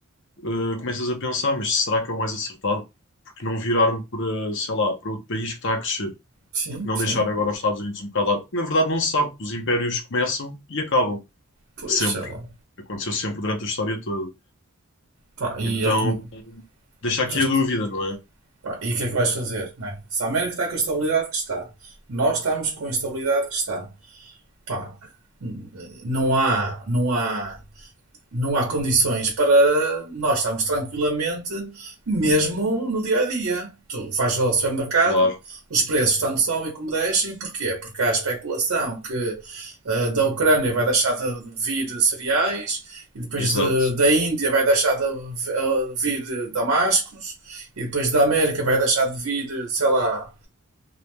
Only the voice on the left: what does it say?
uh, começas a pensar, mas será que é o mais acertado? Porque não viraram para, sei lá, para outro país que está a crescer?
porque não
deixar agora os Estados Unidos um bocado lá? Porque na verdade não se sabe que os impérios começam e acabam,
sempre.
Aconteceu sempre durante a história toda.
Então,
deixa aqui
a dúvida, não é?
Claro,
exato.